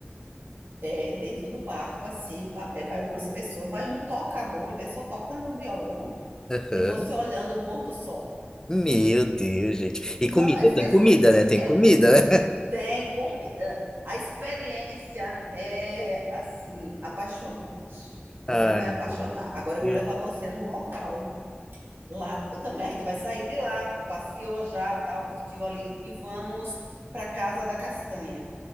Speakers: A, on the right (about 55°); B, on the left (about 15°).
A: é, dentro do barco, assim, vai, é, vai algumas pessoas, vai um tocador, uma pessoa tocando um violão
B: Aham.
A: e você olhando o pôr do sol.
B: Meu Deus, gente. E
A: Não,
B: comida,
A: essa
B: tem
A: es-
B: comida, né? Tem
A: é,
B: comida, né?
A: tem comida. A experiência é, assim, apaixonante.
B: <laughs>
A: Você
B: Ai,
A: vai apaixonar.
B: meu
A: Agora
B: Deus.
A: eu vou levar você num local Lá também, a gente vai sair de lá, passeou já, tal, curtiu ali e vamos para Casa da Castanha.